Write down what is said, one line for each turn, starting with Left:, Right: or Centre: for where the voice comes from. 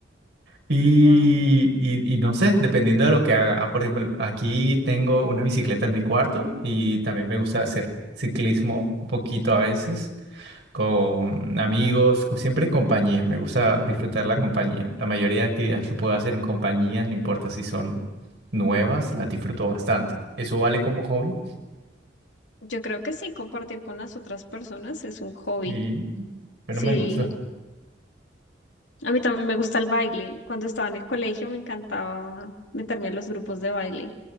Right: Y,
Left: Wow.
Right: y, y no sé, dependiendo de lo que haga. Ah, por ejemplo, aquí tengo una bicicleta en mi cuarto y también me gusta hacer ciclismo un poquito a veces con amigos, con- siempre en compañía. Me gusta disfrutar la compañía. La mayoría de actividades que puedo hacer en compañía, no importa si son nuevas, las disfruto bastante. Eso vale como hobby
Left: Yo creo que sí, compartir con las otras personas es un hobby.
Right: y bueno,
Left: Sí,
Right: me gusta.
Left: a mí también me gusta el baile. Cuando estaba en el colegio me encantaba meterme a los grupos de baile.